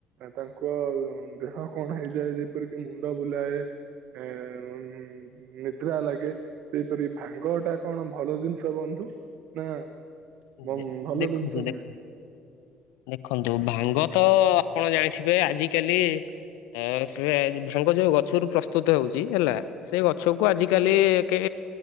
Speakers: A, on the right; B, on the left.
A: ତାଙ୍କ ଦେହ କଣ ହେଇଯାଏ।। ଯେପରିକି ମୁଣ୍ଡ ବୁଲାଏ ଏଁ ନିଦ୍ରା ଲାଗେ ସେଇପରି ଭାଙ୍ଗ ଟା କଣ ଭଲ ଜିନିଷ ବନ୍ଧୁ? ନା ବ
B: ଦେ
A: ଭଲ
B: ଦେଖନ୍ତୁ
A: ଜିନିଷ
B: ଦେଖନ୍ତୁ
A: ନୁହେଁ?
B: ଦେଖନ୍ତୁ ଭାଙ୍ଗ ତ ଆପଣ ଜାଣିଥିବେ ଆଜିକାଲି ହଁ ସେ ଭାଙ୍ଗ ଯୋଉ ଗଛରୁ ପ୍ରସ୍ତୁତ ହଉଛି ହେଲା ସେ ଗଛକୁ ଆଜିିକାଲି କେ